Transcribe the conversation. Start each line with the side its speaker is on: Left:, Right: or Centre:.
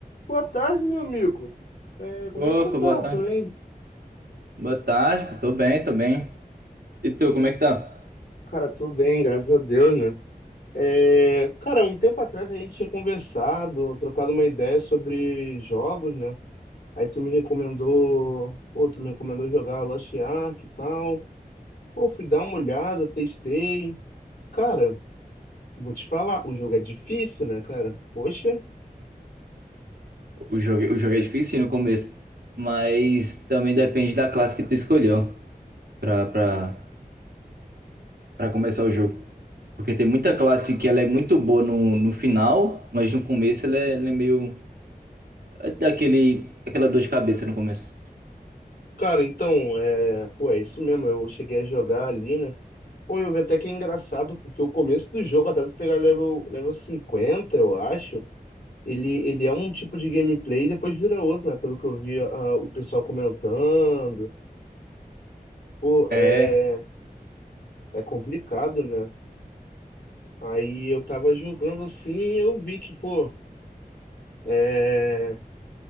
Left: Boa tarde, meu amigo. É, como
Right: Opa,
Left: é que você tá
Right: boa tarde.
Left: por aí?
Right: Boa tarde, tô bem, tô bem. E tu, como é que tá?
Left: Cara, tudo bem, graças a Deus, né? É, cara, um tempo atrás a gente tinha conversado, trocado uma ideia sobre jogos, né? Aí tu me recomendou, pô, tu me recomendou jogar Lost Ark e tal. Pô, fui dar uma olhada, testei. Cara, vou te falar, o jogo é difícil, né, cara? Poxa,
Right: O jogo, o jogo é difícil no começo, mas também depende da classe que tu escolheu pra, pra, pra começar o jogo. Porque tem muita classe que ela é muito boa no, no final, mas no começo ela é, ela é meio... ela dá aquele, aquela dor de cabeça no começo.
Left: Cara, então, é, pô, é isso mesmo. Eu cheguei a jogar ali, né? Pô, eu vi até que é engraçado, porque o começo do jogo, até tu pegar level, level 50 eu acho, ele, ele é um tipo de gameplay e depois vira outro, né? Pelo que eu vi ah, o pessoal comentando. Pô,
Right: É,
Left: é, é complicado, né? Aí eu tava jogando assim e eu vi que, pô, é,